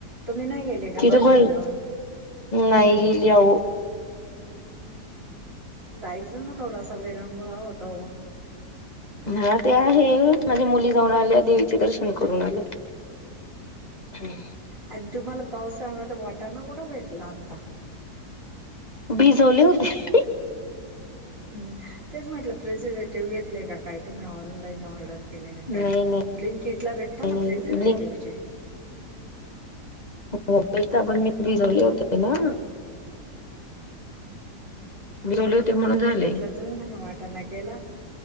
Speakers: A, on the right; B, on the left.
A: तुम्ही नाही गेले का
B: तिथ
A: भजनाला
B: बई नाही गेली आओ.
A: जायचं ना थोडासा वीरंगुळा होतो.
B: हा ते आहे, माझ्या मुली जाऊन आल्या, देवीच दर्शन करून आल्या. हम्म.
A: आणि तुम्हाला पावसाळ्यामध्ये वाटाणा कुट भेटला आता.
B: भिजवले होते.
A: हम्म, तेच म्हटलं, प्रिझर्वेटिव्ह घेतलय का काय तुम्ही ऑनलाईन ऑर्डर. केला का काय,
B: नाही नाही
A: ब्लिंकिट ला भेटतात ना
B: नाही
A: प्रिझर्वेटिव्हचे.
B: हो मी भिजवले होते ना.
A: हम्म. <inaudible>
B: भिजवले होते म्हणून झालय.
A: तुम्ही म्हणे वाटाना केला,